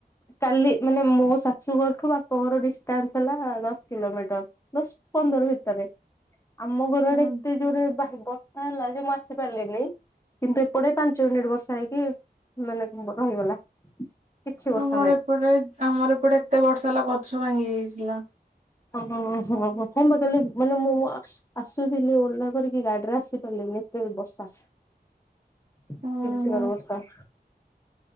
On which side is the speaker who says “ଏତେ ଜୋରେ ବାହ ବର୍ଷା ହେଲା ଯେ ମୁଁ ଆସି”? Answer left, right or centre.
Left